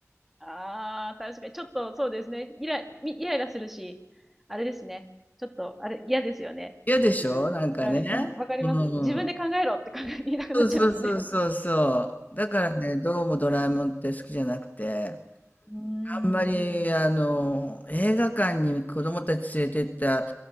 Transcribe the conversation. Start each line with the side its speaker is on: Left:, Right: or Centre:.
Centre: ああ、確かに。ちょっと、そうですね。イラ、みイライラするし、あれですね。ちょっと、あれ、嫌ですよね。
Left: 嫌でしょなんかね。
Centre: わかり、うん、わかります。
Left: うん。
Centre: 自分で考えろって考え、言いたくなっちゃいますね。
Left: そうそうそうそうそう。だからね、どうもドラえもんって好きじゃなくて、
Centre: うーん。
Left: あんまり、あの、映画館に子供たち連れてった